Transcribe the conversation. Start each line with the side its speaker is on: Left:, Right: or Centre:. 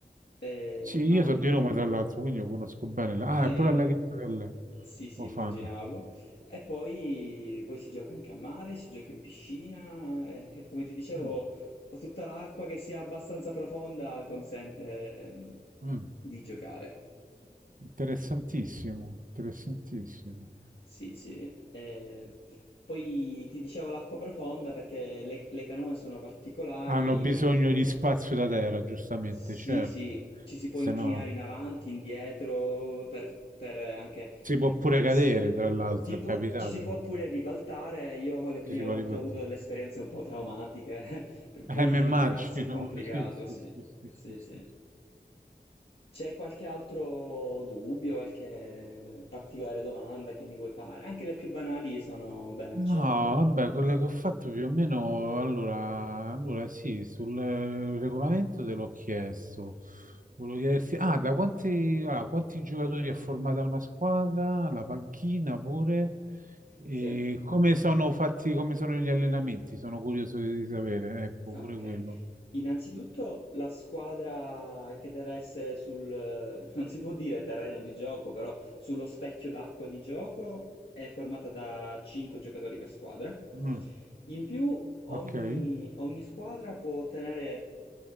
Left: e,
Right: Sì,
Left: ma
Right: io
Left: anche
Right: sono di Roma tra l'altro, quindi io conosco bene. la-
Left: eh,
Right: Ah, è pure al laghetto di Allegro,
Left: sì, sì,
Right: lo
Left: immaginavo.
Right: fanno.
Left: E poi, poi si gioca anche a mare, si gioca in piscina. eh, E, come ti dicevo,
Right: Mm,
Left: ho tutta l'acqua che sia abbastanza profonda consente, ehm,
Right: mm.
Left: di giocare.
Right: Interessantissimo, interessantissimo.
Left: Sì, sì. eh, poi ti dicevo l'acqua profonda perché le, le canoe sono particolari,
Right: Hanno bisogno di spazio da terra, giustamente,
Left: Sì,
Right: certo.
Left: sì, ci si può
Right: Se
Left: inclinare
Right: no
Left: in avanti, indietro, per, per anche
Right: si può pure
Left: per
Right: cadere,
Left: essere...
Right: tra l'altro,
Left: Si
Right: è
Left: può,
Right: capitato.
Left: ci si può pure ribaltare. Io le prime
Right: Ci si può
Left: volte
Right: ribattere.
Left: ho avuto delle esperienze un po' traumatiche, <laughs> perché poi
Right: Eh, mi immagino,
Left: rigirarsi è complicato,
Right: <laughs> sì, sì,
Left: sì.
Right: sì, sì, sì,
Left: Sì,
Right: sì,
Left: sì.
Right: sì.
Left: C'è qualche altro dubbio, qualche particolare domanda che mi vuoi fare? Anche le più banali sono ben accette.
Right: No, vabbè, quello che ho fatto più o meno, allora, allora sì, sul eh, regolamento te l'ho chiesto. Volevo chiederti, ah, da quanti, allora, quanti giocatori è formata una squadra, la panchina pure, e
Left: Sì.
Right: come sono fatti, come sono gli allenamenti? Sono curioso di, di sapere, ecco,
Left: Ok,
Right: pure quello.
Left: innanzitutto la squadra che deve essere sul, <laughs> eh, non si può dire terreno di gioco, però sullo specchio d'acqua di gioco è formata da 5 giocatori per squadra.
Right: Mm,
Left: In più ogni,
Right: ok,
Left: ogni squadra può tenere,